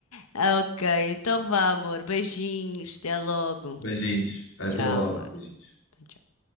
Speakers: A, on the left; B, on the left.
A: Ok, então vá, amor. Beijinhos, até logo.
B: Beijinhos, até
A: Tchau,
B: logo,
A: amor.
B: beijinhos.
A: Tchau.